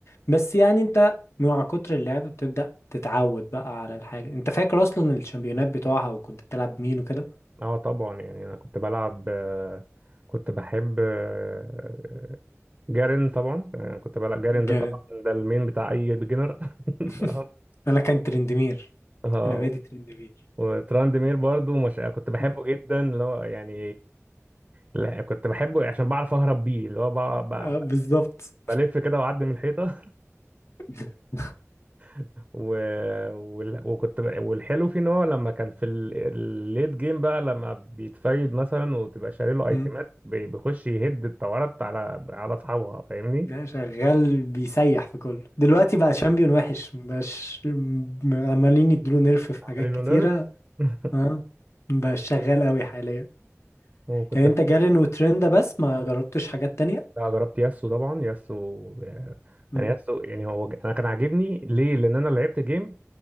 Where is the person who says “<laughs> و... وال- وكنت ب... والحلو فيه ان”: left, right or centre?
Right